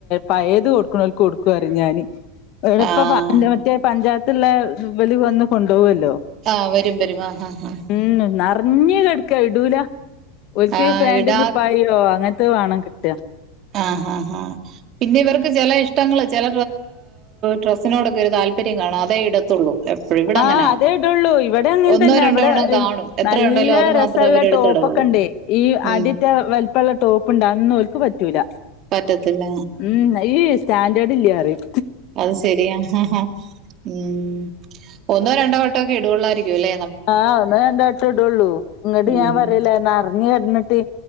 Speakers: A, on the left (about 40°); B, on the right (about 30°).
A: പയേത് കൊടുക്കണോൽക്ക് കൊട്ക്കുംന്ന് പറിം ഞാന്. ഇവിടിപ്പൊ
B: ആഹ്
A: മറ്റേ പഞ്ചായത്തിലുള്ള ഇവല് വന്ന് കൊണ്ടോകൂല്ലോ.
B: ആഹ് വരും വരും ആഹ്ആഹ് ആഹ്.
A: ഉം നെറഞ്ഞ് കെട്ക്കാ, ഇടൂല ഓൽക്ക്
B: ആഹ്
A: പാൻ്റുംകുപ്പായോം അങ്ങ ത് വേണം കിട്ട.
B: ആഹ് ആഹ് ആഹ് പിന്നെ ഇവർക്ക് ചില ഇഷ്ടങ്ങള് ചില ഡ്രസ്സിനോടൊക്കെ ഒരു താല്പര്യം കാണാം അതേ ഇടത്തുള്ളൂ. എപ്പഴും ഇവിടെ
A: ആഹ്
B: അങ്ങനാ
A: അതേയിടുവൊള്ളു ഇവടേയങ്ങനെതന്നെ
B: ഒന്നോ രണ്ടോ
A: ഇവടെ
B: എണ്ണം കാണും എത്ര
A: നല്ല
B: ഉണ്ടേലും അത്
A: രസ
B: മാത്രമേ
A: സവൊള്ള
B: അവരെടുത്തിടുള്ളൂ
A: ടോപ്പൊക്കെ ഇണ്ടേ, ഈ
B: ഉം
A: അടറ്റ വലുപ്പള്ള ടോപ്പുണ്ട് അതൊന്നും ഓര്ക്ക് പറ്റൂല.
B: പറ്റത്തില്ല
A: ഉം ഈ സ്റ്റാൻഡേർഡ് ഇല്ല്യാ പറിം
B: അത് ശരിയാ ആ ഹാ ഉം ഒന്നോ രണ്ടോ വട്ടൊക്കെ ഇടുവൊള്ളായിരിക്കുംല്ലേ.
A: ആഹ് ഒന്ന് രണ്ട് വട്ടം ഇടൊള്ളൂ, ഇന്ന്ട്ട്
B: ഉം
A: ഞാൻ പറഞ്ഞീലെ നെറഞ്ഞ് കെടന്നിട്ട്